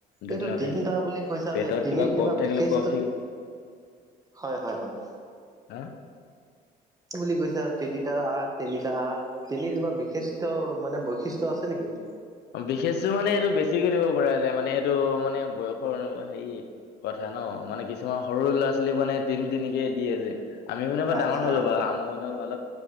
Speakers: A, on the left; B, on the right.
A: দুদিনতে
B: এইটো তিনিটা বুলি কৈছা
A: পেটত
B: যে তিনি কিবা
A: কফ থাকিলে
B: বিশেষত্ব
A: কফ থাকিল
B: হয় হয় হয়
A: হা
B: বুলি কৈছে আৰু তিনিটা আগ তিনিটা আল তিনি কিবা বিশিষ্ট মানে বৈশিষ্ট্য আছে নেকি
A: বিশেষতটো মানে এইটো বেছিকৈ দিব পৰা যায় মানে এইটো মানে বয়সৰ অনু মান হেৰি কথা ন মানে কিছুমান সৰু ল'ৰা ছোৱালীক মানে তিনি তিনিকেই দিয়ে যে আমি ভোনে বাও
B: আচ্ছা
A: ডাঙৰ হ'লো বা আম মান অলপ